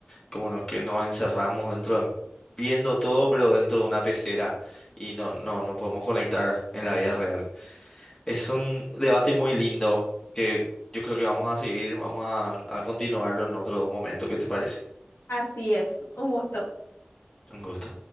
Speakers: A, on the left (about 20°); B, on the left (about 75°).
A: Como nos- que nos encerramos dentro de- viendo todo, pero dentro de una pecera y no, no, no podemos conectar en la vida real. Es un debate muy lindo que yo creo que vamos a seguir, vamos a, a continuarlo en otro momento. ¿Qué te parece?
B: Así es, un gusto.
A: Un gusto.